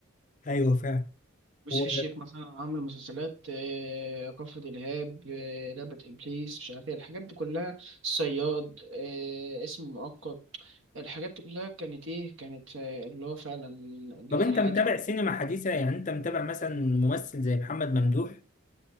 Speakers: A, on the left; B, on the right.
A: ايوه فعلا
B: يوسف
A: و...
B: الشيخ مثلا عامل مسلسلات آه، كفر دلهاب آه، لعبة إبليس مش عارف إيه الحاجات دي كلها الصياد آه، اسم مؤقت الحاجات دي كلها كانت إيه كانت آه، اللي هو فعلا اللي
A: طب انت
B: هي حاجة
A: متابع سينما حديثة يعني انت متابع مثلا ممثل زي محمد ممدوح